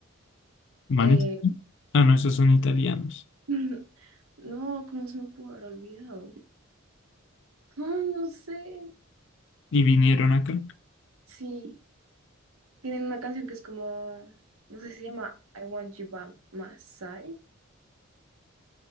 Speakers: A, on the right (about 80°); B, on the left (about 55°).
A: Eh,
B: Manes, ah, no, esos son italianos
A: <laughs> no, ¿cómo se me pudo haber olvidado? Ay, no sé.
B: y vinieron acá.
A: Sí, tienen una canción que es como, no sé si se llama I Want You By My Side.